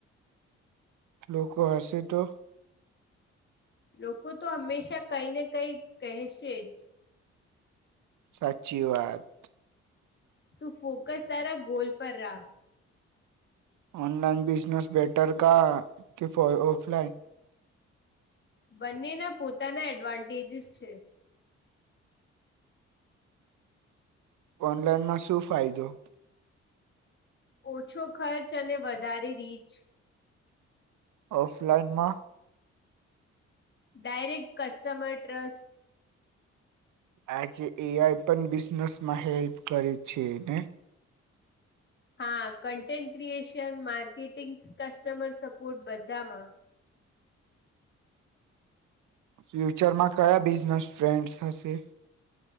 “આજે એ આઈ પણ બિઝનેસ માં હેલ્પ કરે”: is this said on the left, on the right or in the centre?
Right